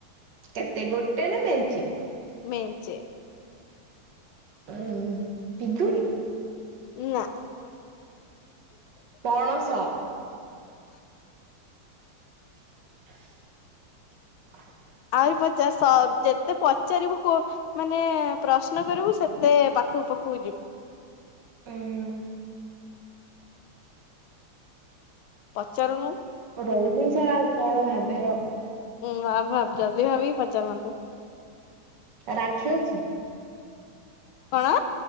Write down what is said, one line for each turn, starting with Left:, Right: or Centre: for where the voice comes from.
Right: କେତେ ଗୋଟେ ନା ମେଞ୍ଚେ?
Left: ମେଞ୍ଚେ।
Right: ଉଁ ପିଜୁଡି।
Left: ନା।
Right: ପଣସ। <unintelligible>
Left: ଆହୁରି ପଚାର ସ ଯେତେ ପଚାରିବୁ କୋ ମାନେ ପ୍ରଶ୍ନ କରିବୁ ସେତେ ପାଖକୁ ପାଖକୁ ଯିବୁ?
Right: ହୁଁ।
Left: ପଚାରୁନୁ
Right: ରହିଥା କଣ ଭାବିବା ଆଉ
Left: ଉଁ ଭାବ ଭାବି ଜଲଦି ଭାବିକି ପଚାରନ୍ତୁ?
Right: ରାକ୍ଷୀ ଅଛି।
Left: କଣ?